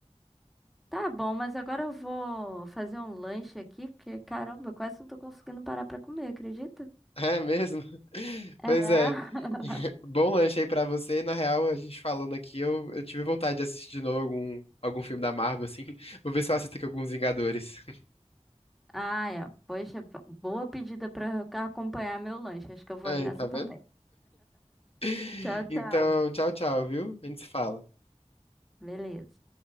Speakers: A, in the centre; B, on the left (about 60°).
A: Tá bom, mas agora eu vou fazer um lanche aqui, porque caramba, eu quase não tô conseguindo parar pra comer, acredita?
B: É mesmo? <laughs>
A: É.
B: Pois é.
A: <laughs>
B: <laughs> Bom lanche aí pra você. Na real, a gente falando aqui, eu, eu tive vontade de assistir de novo algum, algum filme da Marvel, assim. <laughs> Vou ver se eu assisto aqui alguns Vingadores. <laughs>
A: Ah, é. Poxa, boa pedida pra acompanhar meu lanche. Acho que eu vou
B: Aí,
A: nessa
B: tá vendo?
A: também.
B: <laughs>
A: Tchau, tchau.
B: Então, tchau, tchau, viu? A gente se fala.
A: Beleza.